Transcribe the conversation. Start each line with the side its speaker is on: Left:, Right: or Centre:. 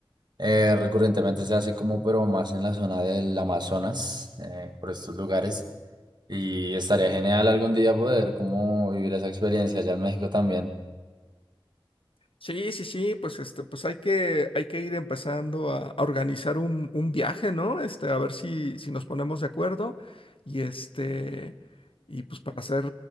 Right: Eh, recurrentemente se hace como, pero más en la zona del Amazonas, eh, por estos lugares. Y estaría genial algún día poder como vivir esa experiencia allá en México también.
Left: Sí, sí, sí, pues este, pues hay que, hay que ir empezando a, a organizar un, un viaje, ¿no? Este, a ver si, si nos ponemos de acuerdo. Y este, y pues para hacer